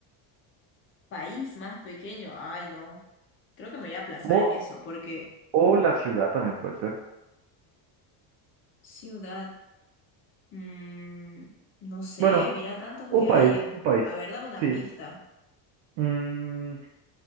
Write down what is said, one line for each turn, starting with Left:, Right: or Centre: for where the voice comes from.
Left: país más pequeño. Ay, no. Creo que me voy a aplazar
Right: O,
Left: en eso porque
Right: o la ciudad también puede ser.
Left: ciudad, mm, no sé,
Right: Bueno,
Left: mira tantos
Right: un
Left: que
Right: país,
Left: hay en...
Right: un país.
Left: A ver, dame una
Right: Sí.
Left: pista.
Right: Mm,